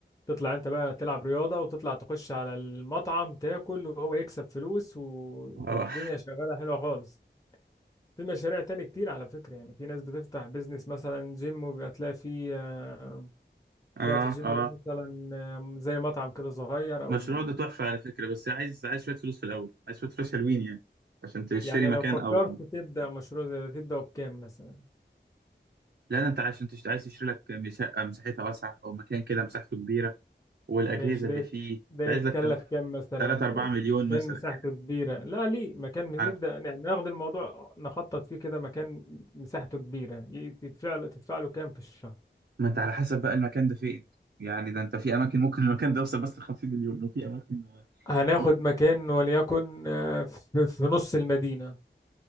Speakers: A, on the left; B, on the right.
A: تطلع أنت بقى تلعب رياضة وتطلع تخش على المطعم تاكل وهو يكسب فلوس و...
B: اه
A: والدنيا شغالة حلوة خالص في مشاريع تاني كتير على فكرة يعني في ناس بتفتح بيزنس مثلا جيم وبيبقى تلاقي فيه آه،
B: اه
A: تلاقي في الجيم
B: اه
A: ده مثلا آه، زي مطعم كده صغير أو
B: المشروع ده تحفة على فكرة بس عايز عايز شوية فلوس في الأول عايز شوية فلوس حلوين يعني عشان تشتري
A: يعني
B: مكان
A: لو فكرت
B: أو
A: تبدأ مشروع زي ده تبدأ بكام مثلا
B: لا ده أنت عشان تشت... عايز تشتري لك شقة مساحتها واسعة أو مكان كده مساحته كبيرة والأجهزة
A: ماشي
B: اللي
A: ده يت-
B: فيه
A: ده
B: أنت
A: يتكلف
B: عايز لك
A: كام مثلا
B: 3 4 مليون
A: مكان
B: مثلا
A: مساحته
B: يعني
A: كبيرة لا ليه مكان
B: على
A: نبدأ يعني ناخد الموضوع نخطط فيه كده مكان مساحته كبيرة ي- يدفع له تدفع له كام في الشهر
B: ما أنت على حسب بقى المكان ده فين يعني ده أنت في أماكن ممكن المكان ده يوصل بس ل 50 مليون وفي أماكن
A: هناخد
B: ممكن
A: مكان وليكن آه، في في نص المدينة